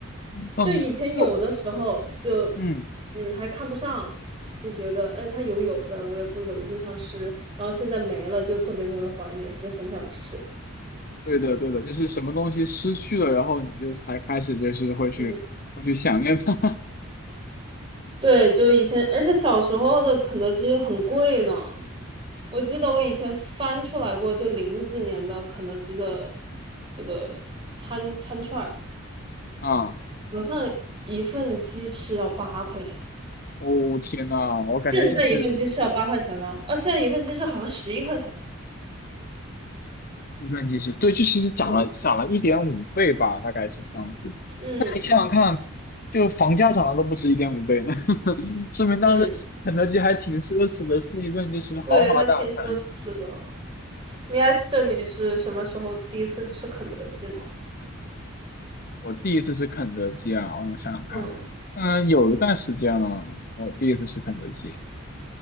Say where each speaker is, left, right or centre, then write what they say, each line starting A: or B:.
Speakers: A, on the left (about 45°); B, on the right (about 25°).
A: 嗯，
B: 就以前有的时候就，
A: 就嗯。
B: 嗯，还看不上，就觉得哎，它有有呗，我也不怎么经常吃，然后现在没了，就特别特别怀念，就很想吃。
A: 对的，对的，就是什么东西失去了，然后你就才开始就是会去会去想念它
B: 嗯。对，就以前，而且小时候的肯德基很贵呢。我记得我以前翻出来过，就零几年的肯德基的这个餐餐券儿，
A: <laughs> 啊！
B: 好像一份鸡翅要八块钱。
A: 哦天呐，我感觉就是
B: 现在一份鸡翅要八块钱吗？哦，现在一份鸡翅好像十一块钱，
A: 一顿机是对，就其实涨了涨了一点五倍吧，
B: 是吗？
A: 大概是这样子。
B: 嗯
A: 那你想想看，就房价涨了都不止一点五倍呢，<laughs> 说明当时肯德基还挺奢侈的，
B: 嗯，
A: 是一顿就是豪华大餐。
B: 对，还挺奢侈的。你还记得你是什么时候第一次吃肯德基吗？
A: 我第一次吃肯德基啊，我想想看，
B: 嗯
A: 嗯，有一段时间了，我第一次吃肯德基。